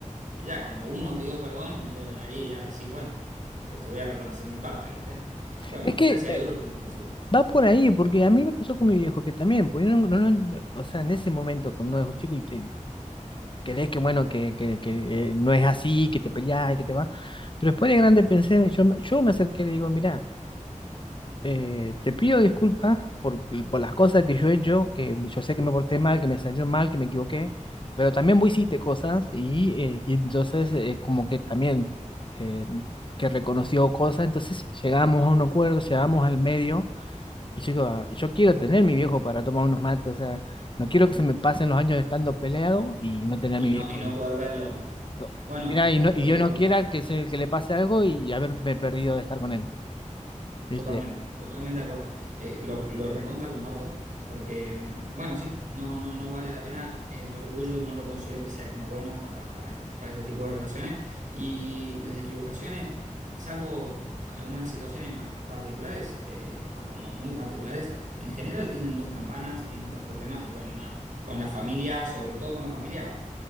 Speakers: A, on the right; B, on the left.
A: Y ya, cuando uno pidió perdón, y yo ya ahí ya decís, bueno, yo te voy a reconocer mi parte, ¿viste? Bueno,
B: Es que
A: gracias
B: eh,
A: a Dios lo pude resolver.
B: va por ahí, porque a mí me pasó con mi viejo que también, pues yo no, no- no- o sea, en ese momento cuando uno es chico y te, crees que bueno, que, que, que, eh, no es así, que te peleas y que te va. Pero después de grande pensé, yo, me- yo me acerqué y le digo, mira, eh, te pido disculpas por, por las cosas que yo he hecho, que yo sé que me porté mal, que me salió mal, que me equivoqué, pero también vos hiciste cosas y, eh, y entonces eh, como que también eh, que reconoció cosas, entonces llegamos a un acuerdo, llegamos al medio y yo digo, "Ah, yo quiero tener mi viejo para tomar unos mates, o sea, no quiero que se me pasen los años estando peleado y no tener
A: Y
B: a mi
A: no,
B: viejo.
A: y no poder verlo.
B: No,
A: Bueno,
B: Mira, y, no,
A: eh,
B: y Dios no quiera que, se, que le pase algo y haberme perdido de estar con él, ¿viste?
A: Totalmente, totalmente de acuerdo. Eh, lo, lo recontra comparto, porque, mm, bueno, sí, no, no, no vale la pena. El orgullo no lo considero que sea como bueno para, para, este, para este tipo de relaciones. Y las equivocaciones, salvo algunas situaciones más particulares, eh, o como muy particulares, en general tienen dos campanas, tienen dos problemas. Y bueno, nada, con la familia, sobre todo con la familia,